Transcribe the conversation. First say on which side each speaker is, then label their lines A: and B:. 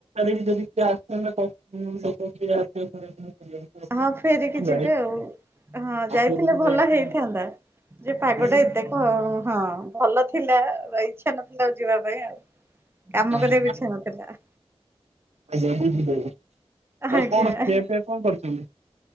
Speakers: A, on the right; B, on the right.
A: ବି ଯଦି କିଏ <unintelligible> <unintelligible>
B: ହଁ ଫେରିକି
A: ନାଇଁ
B: ଯିବେ ଆଉ ହଁ ଯାଇଥିଲେ
A: ଧରିକି
B: ଭଲ
A: ଯାଇଛୁ
B: ହେଇଥାନ୍ତା।
A: ଆଉ।
B: ଯେ ପାଗଟା
A: ଆଜ୍ଞା
B: ଏତେ ହ ହଁ ଭଲ ଥିଲା ଇଚଛା ନଥିଲା ଆଉ ଯିବା ପାଇଁ ଆଉ
A: ହଁ
B: କାମ
A: ହଁ
B: କ ଇଛା ନଥିଲା।
A: ଆଜ୍ଞା ବୁଝିପାଇଲି
B: ଆଜ୍ଞା
A: କଣ ଖିଆ ପିଆ କଣ କରିଛନ୍ତି?